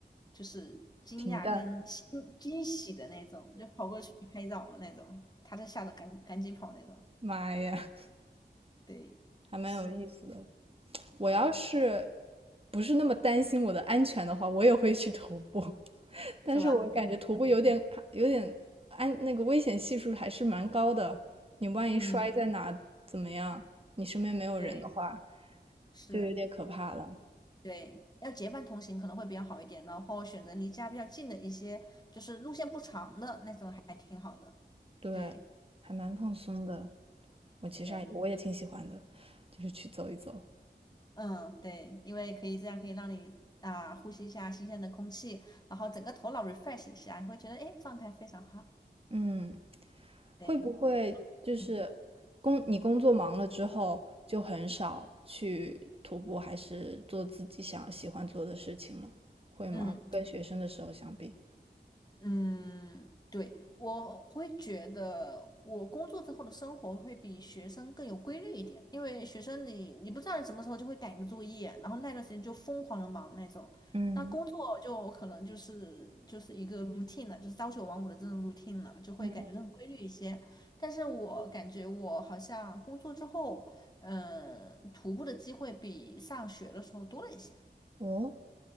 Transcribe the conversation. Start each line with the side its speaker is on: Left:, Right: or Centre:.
Left: 就是惊讶跟惊惊喜的那种，
Right: 平淡，
Left: 就跑过去拍照那种，他就吓得赶赶紧跑那种。
Right: 妈呀，
Left: 对，
Right: 还蛮有意思的。
Left: 是，
Right: 我要是
Left: 对，
Right: 不是那么担心我的安全的话，我也会去徒步。但是我感觉徒步有点有点安，
Left: 是吧？
Right: 那个危险系数还是蛮高的。你万一摔在哪怎么样？
Left: 嗯，
Right: 你身边没有人的话，
Left: 对，是，
Right: 就有点可怕了。
Left: 对。要结伴同行可能会比较好一点，然后选择离家比较近的一些，就是路线不长的那种还挺好的。
Right: 对，
Left: 对，
Right: 还蛮放松的。我其实还我也挺喜欢的，
Left: 对。
Right: 就是去走一走。
Left: 嗯，对，因为可以这样可以让你啊呼吸一下新鲜的空气，然后整个头脑 refresh 一下，你会觉得哎状态非常好。
Right: 嗯，会不会就是
Left: 对，嗯
Right: 工你工作忙了之后就很少去徒步，还是做自己想喜欢做的事情了？会吗？
Left: 嗯。
Right: 跟学生的时候相比？
Left: 嗯，对，我会觉得我工作之后的生活会比学生更有规律一点，因为学生你你不知道你什么时候就会赶个作业，然后那段时间就疯狂的忙那种。
Right: 嗯
Left: 那工作就可能就是就是一个 routine 了，就是朝九晚五的这种 routine 了，就会感觉更规律一些。
Right: 嗯，
Left: 但是我感觉我好像工作之后，嗯，徒步的机会比上学的时候多了一些。
Right: 哦，